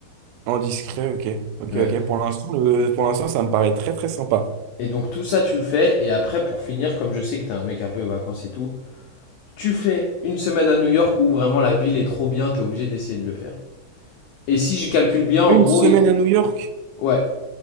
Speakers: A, on the right; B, on the left.
A: en discret, ok, ok,
B: Ouais.
A: ok. Pour l'instant, le- pour l'instant, ça me paraît très très sympa.
B: Et donc tout ça, tu le fais. Et après, pour finir, comme je sais que t'es un mec un peu vacances et tout, tu fais une semaine à New York où vraiment la ville est trop bien, t'es obligé d'essayer de le faire. Et si je calcule bien, en
A: Une
B: gros,
A: semaine
B: il... te-
A: à New York?
B: Ouais.